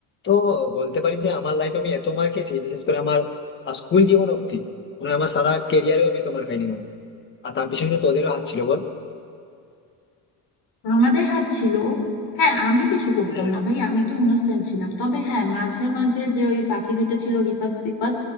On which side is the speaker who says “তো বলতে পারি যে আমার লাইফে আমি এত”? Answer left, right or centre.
Left